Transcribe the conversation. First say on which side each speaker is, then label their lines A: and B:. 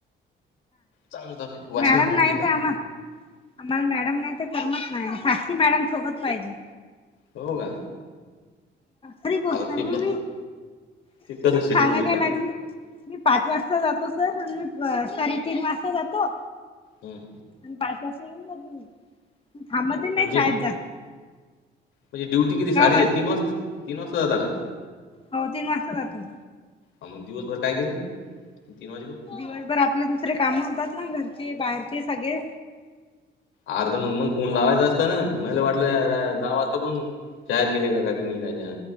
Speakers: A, on the left; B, on the left.
A: चांगलं चालूय वाशिम
B: मॅडम नाही
A: तिकडे
B: तर आम्हा आम्हाला मॅडम नाही तर करमत नाही साक्षी मॅडम सोबत पाहिजे
A: हो का
B: खरी गोष्ट
A: आता
B: मम्मी
A: ते कस
B: सांगाय
A: ते कसं शक्य होईल
B: काय
A: आता
B: लागले मी पाच वाजता जातो सर मी सॉरी तीन वाजता जातो
A: हम
B: आणि पाच वाजता येऊन जातो मी थांबत नाही
A: म्हणजे
B: शाळेत जा
A: म्हणजे ड्यूटी किती साडेे
B: माझ
A: तीन तीन वाजता जाता का
B: हो तीन वाजता जातो
A: ह मग दिवसभर काय केेलं तीन वाजे लोक
B: दिवसभर आपले दुसरे काम होतात ना घरचे बाहेरचे सगळे
A: अर तर मग मग फोन लावायचा असतं ना मला वाटलं दहा वाजता कोण शाळेत गेले का तुम्ही राजा